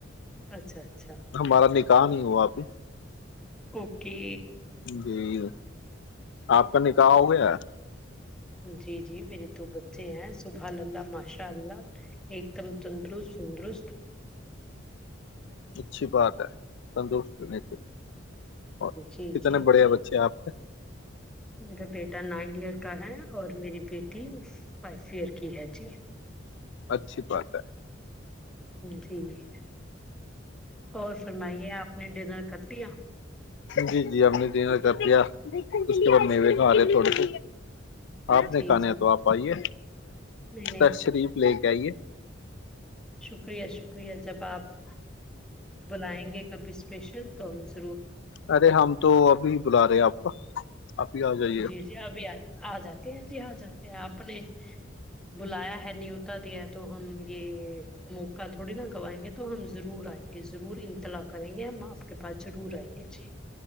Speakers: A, in the centre; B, on the left.
A: اچھا اچھا
B: ہمارا نکل کہ نہیں ہوا ابھی
A: اوکے
B: جی <unintelligible> آپ کا نکاح ہو گیا
A: جی جی میرے دو بچے ہیں سبح اللہ ماشاء اللہ ایک دم تندرست وندرست
B: اچھی بات ہے سنتوش نہیں چ اور
A: جی
B: کتنے
A: جی
B: بڑے
A: جی
B: بچے آپ کے
A: میرا بیٹا نائن ایئر کا ہے اور میری بیٹی فائیو ایئر کی ہے جی
B: اچھی بات ہے
A: جی <inaudible> اور فرمائیے آپ نے ڈنر کتییا <inaudible>
B: جی جی ہم نے ڈنر کر دیا اس کے بعد میوے کا آ رہے تھوڑے سے آپ نے
A: جی
B: کھانا
A: جی
B: ہے تو آپ آئیے
A: نہیں نہیں
B: تشریف لے کے آئیے
A: شکریہ شکریہی جب آپ بلائیں گے کبھی اس اسپشر توامس
B: ارے ہم تو ابھی ہی بلا رہے ہیں آپ کو ا <inaudible> جائیے
A: جی جی ابھی آ آ جاتے ہیں جی آ جاتے ہیں آپ نے بلایا ہے نیوتا دیا ہے تو ہم یہ موقع تھوڑی نا گوائیں گے تو ہم ضرور آئیں گے ضرور انتلا کریں گے ہم آپ کے پس ضرور آئیں گے جی